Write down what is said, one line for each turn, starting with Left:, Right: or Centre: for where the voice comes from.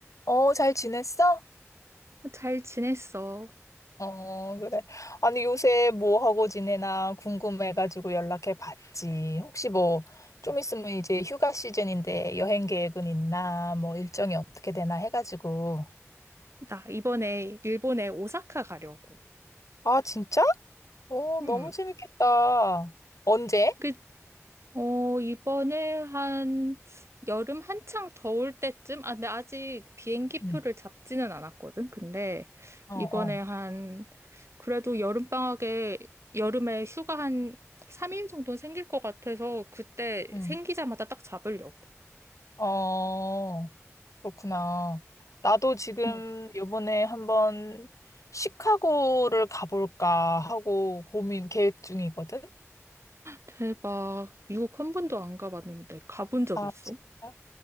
Left: 어, 잘 지냈어?
Right: 어, 잘 지냈어.
Left: 어, 그래. 아니, 요새 뭐 하고 지내나 궁금해가지고 연락해 봤지. 혹시 뭐, 좀 있으면 이제 휴가 시즌인데 여행 계획은 있나, 뭐 일정이 어떻게 되나 해가지고.
Right: 나 이번에 일본에 오사카 가려고.
Left: 아, 진짜? 어,
Right: 음.
Left: 너무 재밌겠다. 언제?
Right: 그, 어, 이번에 한 여름 한창 더울 때쯤? 아, 근데 아직 비행기
Left: 응.
Right: 표를 잡지는 않았거든. 근데
Left: 어,
Right: 이번에
Left: 어.
Right: 한, 그래도 여름방학에, 여름에 휴가 한 3일 정도 는 생길 것 같아서 그때
Left: 응.
Right: 생기자마자 딱 잡으려고.
Left: 어, 그렇구나. 나도 지금
Right: 음.
Left: 요번에 한번 시카고를 가볼까 하고 고민 계획 중이거든.
Right: 대박. 미국 한 번도 안 가봤는데 가본 적
Left: 아,
Right: 있어?
Left: 진짜?